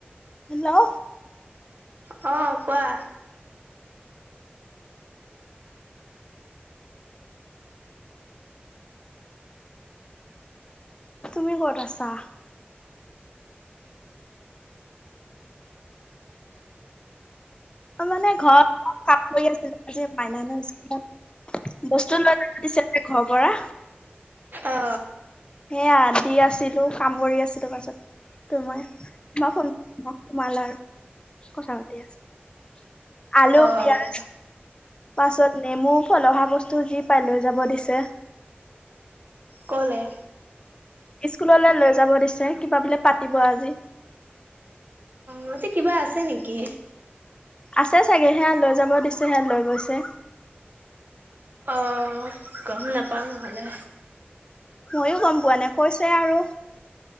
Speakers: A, on the left; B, on the right.
A: হেল্ল',
B: অ, 'কোৱা।
A: তুমি কত আছা। মানে ঘ কাম কৰি আছিলে আজি মাইনান স্কুলত বস্তু লৈ য দিছিলে ঘৰৰ পৰা
B: অ
A: এয়া দি আছিলো কাম কৰি আছিলো পাছত তোৰ মই তই ফোন সোমাল আৰু কথা পাতি আছো। আলু
B: অ
A: পিয়াজ
B: অ
A: পাছত নেমু পলসা বস্তু যি পাই লৈ যাব দিছে।
B: কলে
A: স্কুললৈ লৈ যাব দিছে কিবা বলে পাতিব আজি।
B: মতে কিবা আছে নেকি?
A: আছে চাগে সেয়া লৈ যাব দিছে সেয়া লৈ গৈছে।
B: আহ গম নাপাওঁ নহ'লে।
A: মইো গম পোৱা নাই কৈছে আৰু।